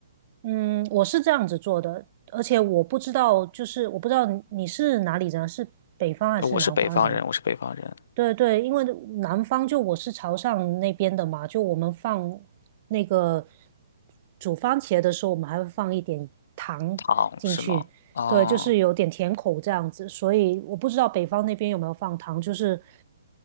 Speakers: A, on the right; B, on the left.
A: 嗯，我是这样子做的，而且我不知道，就是我不知道你你是哪里人，是北方还是南方人？
B: 呃我是北方人，我是北方人，
A: 对对，因为南方就我是潮汕那边的嘛，就我们放那个煮番茄的时候，我们还会放一点糖进去，
B: 糖是吗？啊，
A: 对，就是有点甜口这样子，所以我不知道北方那边有没有放糖，就是